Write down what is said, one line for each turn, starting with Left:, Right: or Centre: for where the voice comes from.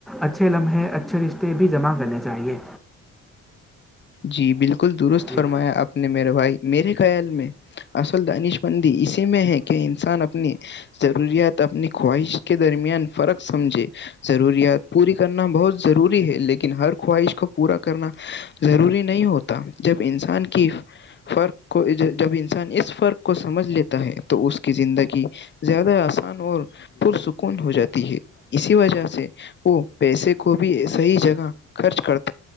Centre: اچھے لمحے اچھے رشتے بھی جمع کرنے چاہیے
Left: جی بالکل درست
Centre: جی
Left: فرمایا آپ اپنے میرے بھائی میرے خیال میں اصل دانش مندی اسی میں ہے کہ انسان اپنی ضروریات اپنی خواہش کے درمیان فرق سمجھے ضروریات پوری کرنا بہت ضروری ہے لیکن ہر خواہش کو پورا کرنا ضروری نہیں ہوتا جب انسان کی فرق کو جب انسان اس فرق کو سمجھ لیتا ہے تو اس کی زندگی زیادہ آسان اور پرسکون ہو جاتی ہے اسی وجہ سے وہ پیسے کو بھی صحیح جگہ خرچ کرتا